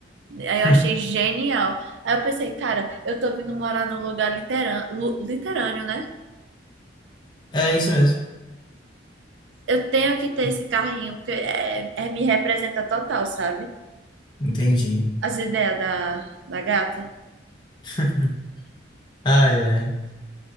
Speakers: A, on the right; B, on the left.
A: Aí
B: <laughs>
A: eu achei genial. Aí eu pensei, cara, eu tô vindo morar num lugar literan- lu- litorâneo, né?
B: É isso mesmo.
A: Eu tenho que ter esse carrinho, porque é, é me representa total, sabe?
B: Entendi.
A: As ideias da, da gata.
B: <laughs> Ai, ai.